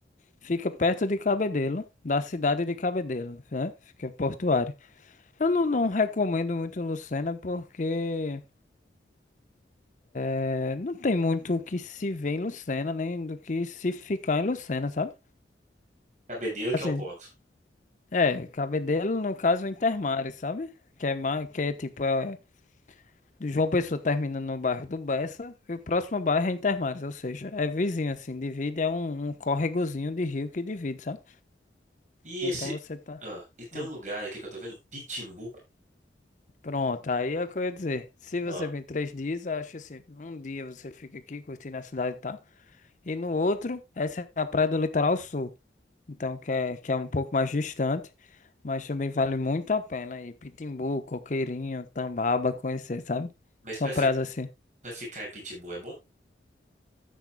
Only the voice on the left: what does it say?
fica perto de Cabedelo, da cidade de Cabedelo, né? Fica portuária. Eu não, não recomendo muito Lucena porque é, não tem muito o que se ver em Lucena, nem do que se ficar em Lucena, sabe?
Assim,
é, Cabedelo, no caso, é Intermares, sabe? Que é, mais, que é tipo, é, do João Pessoa termina no bairro do Bessa e o próximo bairro é Intermares, ou seja, é vizinho, assim, divide, é um, um córregozinho de rio que divide, sabe?
Então
você tá.
Hum.
Pronto, aí é o que eu ia dizer. Se
você vem três dias, eu acho assim, um dia você fica aqui curtindo a cidade e tal. E no outro, essa é a praia do Litoral Sul. Então, que é, que é um pouco mais distante, mas também vale muito a pena ir. Pitimbu, Coqueirinho, Tambaba, conhecer, sabe?
São
praias
assim.